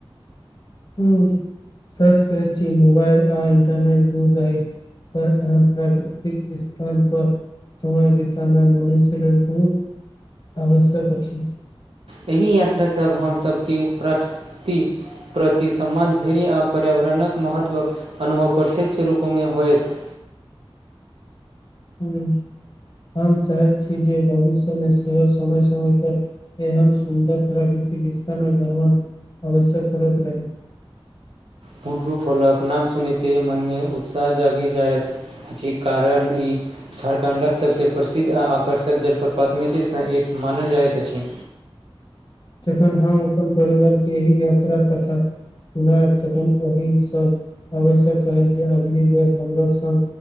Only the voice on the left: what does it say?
हूंम्म सच कहैत छी मोबाइल आ इंटरनेट दूर रहै पर अहाँक प्राकृतिक स्थान पर समय बितानाइ मनुष्य लेल बहुत आवश्यक अछि
हूंम्म हम चाहैत छी जे भविष्यमे सेहो समय समय पर एहन सुन्दर प्राकृतिक वितानक भ्रमन अवश्यक करैत रही
जखन हम अपन परिवार के यही यात्रा कथा ओना ओहि सब आवश्यक अछि जे अगली बेर हमरो सँ